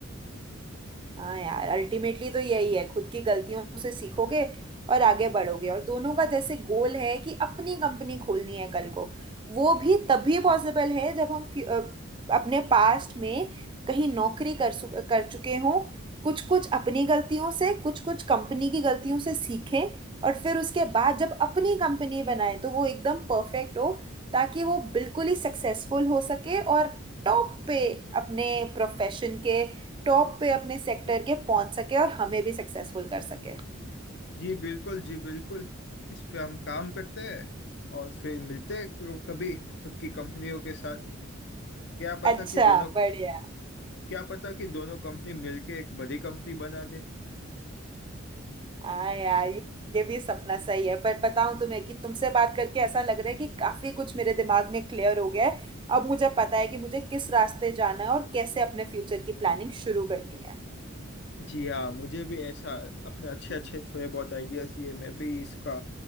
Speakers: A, on the right; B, on the left.
A: हाँ यार अल्टीमेटली तो यही है खुद की गलतियों से सीखोगे और आगे बढ़ोगे और दोनों का जैसे गोल है कि अपनी कंपनी खोलनी है कल को वो भी तभी पॉसिबल है जब हम फ्यू- अ, अपने पास्ट में कहीं नौकरी कर सु- कर चुके हों कुछ कुछ अपनी गलतियों से कुछ कुछ कंपनी की गलतियों से सीखें और फिर उसके बाद जब अपनी कंपनी बनाएं तो वो एकदम परफेक्ट हो ताकि वो बिल्कुल ही सक्सेसफुल हो सके और टॉप पे अपने प्रोफेशन के टॉप पे अपने सेक्टर के पहुंच सके और हमें भी सक्सेसफुल कर सके
B: जी बिल्कुल जी बिल्कुल इस पे हम काम करते हैं और फिर मिलते हैं क- कभी खुद की कंपनियों के साथ क्या पता
A: अच्छा
B: कि दोनों
A: बढ़िया
B: क्या पता कि दोनों कंपनी मिलके एक बड़ी कंपनी बना दे
A: हाँ यार ये ये भी सपना सही है पर पता हूँ तुम्हें कि तुमसे बात करके ऐसा लग रहा है कि काफी कुछ मेरे दिमाग में क्लियर हो गया है अब मुझे पता है कि मुझे किस रास्ते जाना है और कैसे अपने फ्यूचर की प्लानिंग शुरू करनी है
B: जी हाँ मुझे भी ऐसा अपने अच्छे अच्छे थोड़े बहुत आइडियाज दिए मैं भी इसका